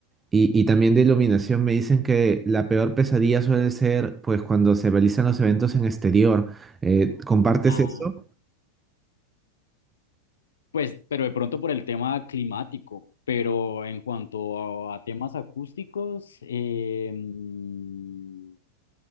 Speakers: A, on the right; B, on the left.
A: y, y también de iluminación, me dicen que la peor pesadilla suele ser pues cuando se realizan los eventos en exterior. Eh, ¿compartes
B: Ah,
A: eso?
B: pues, pero de pronto por el tema climático, pero en cuanto a, a temas acústicos, eh, mm,